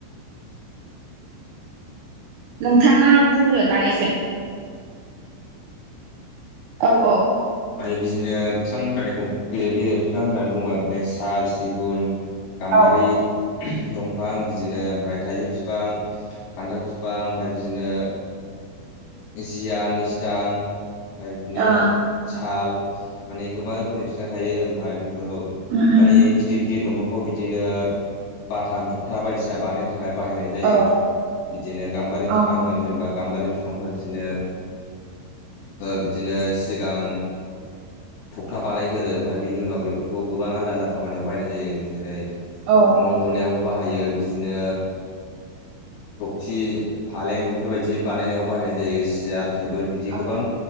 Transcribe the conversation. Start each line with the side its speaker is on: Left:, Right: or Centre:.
Right: नोंथांङा बुं गोनदां एसे औ औ
Left: औ बिदिनो बिफां होननानै बुंङो गिदिर गिदिर बिफां होननानै बुंङोबा बिदिनो साल, सिगुन गाम्बारि
Right: औ
Left: दंफां बिदिनो ओमफफ्राय थाइजौ बिफां खान्थाल फिफां ओमफ्राय बिदिनो जियानिस फिथां ओमफ्राय बिदिनो
Right: ओ
Left: साल माने गोबां रोखोमनि फिथां थायो ओमफ्राय बेफोरखौ
Right: उम
Left: माने
Right: उम
Left: गिदिर गिदिर दंफांखौ बिदिनो बाथाम थखथा बायदिसिना बानायनो थाखाय बाहायनाय जायो
Right: औ
Left: बिदिनो गाम्बारि
Right: औ
Left: बिफां होननानै जेनेबा गाम्बारि बिफांनिफ्रायाय बिदिनो बिदिनो सिगां थखथा बानायगोरो ओमफ्राय बिनि उनाव बेफोरखौ गोबां आलदा आलदा खामानियाव बायनाय जायो जेरै
Right: औ
Left: न' लुनायावबो बाहायो बिदिनो सखि फालें बेफोरबायदि बानायनायाव बाहायनाय जायो सियार, टेबोल दि
Right: उम
Left: गोबां